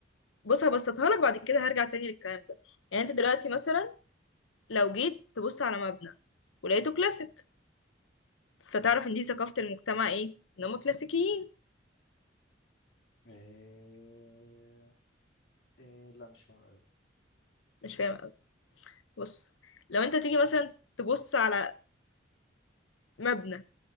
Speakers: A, on the left (about 85°); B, on the left (about 70°).
A: بص هبسطها لك بعد كده هرجع تاني للكلام ده يعني انت دلوقتي مثلا لو جيت تبص على مبنى ولقيته كلاسيك فتعرف ان دي ثقافة المجتمع ايه ان هم كلاسيكيين
B: إيه... إيه... لا مش فاهم أوي.
A: مش فاهم قوي بص لو انت تيجي مثلا تبص على مبنى